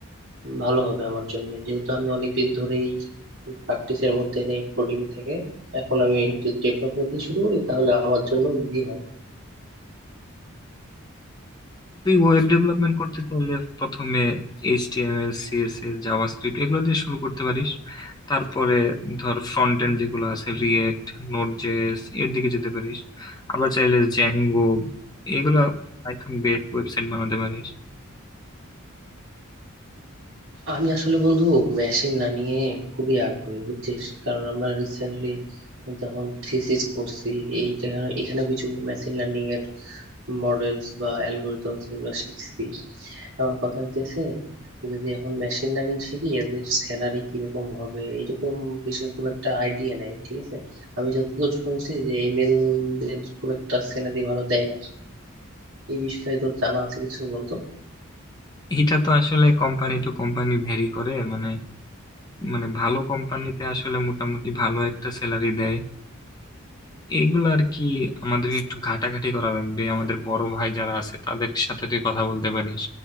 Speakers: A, on the right; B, on the left.
A: ভালো হবে আমার জন্য যেহেতু আমি অনেকদিন ধরেই প্র্যাকটিসের মধ্যে নেই কোডিং থেকে এখন আমি যদি ডেভেলপমেন্ট দিয়ে শুরু করি তাহলে আমার জন্য ইজি হয়
B: তুই ওয়েব ডেভেলপমেন্ট করতে চাইলে প্রথমে এইচটিএমএল সিএসএস জাভাস্ক্রিপ্ট এগুলো দিয়ে শুরু করতে পারিস তারপরে ধর ফ্রন্ট এন্ড যেগুলো আছে রিয়েক্ট নোড জেএস এর দিকে যেতে পারিস আবার চাইলে জ্যাঙ্গো এগুলা পাইথন বেসড ওয়েবসাইট বানাতে পারিস
A: আমি আসলে বন্ধু মেশিন লার্নিং এ খুবই আগ্রহী বুঝছিস কারণ আমরা রিসেন্টলি যখন থিসিস করছি এই জায়গা- এখানে কিছু মেশিন লার্নিং এর মডেলস বা অ্যালগোরিদম সেগুলো শিখছি এখন কথা হইতেছে যদি এখন মেশিন লার্নিং শিখি এদের স্যালারি কিরকম হবে এরকম বিষয়ে খুব একটা আইডিয়া নেই ঠিক আছে আমি যতদূর শুনছি যে এমএল দের খুব একটা স্যালারি ভালো দেয় না এই বিষয়ে তোর জানা আছে কিছু বলতো
B: এটা তো আসলে কোম্পানি টু কোম্পানি ভ্যারি করে মানে মানে ভালো কোম্পানিতে আসলে মোটামুটি ভালো একটা স্যালারি দেয় এইগুলো আর কি আমাদের একটু ঘাটাঘাটি করা লাগবে আমাদের বড় ভাই যারা আছে তাদের সাথে তুই কথা বলতে পারিস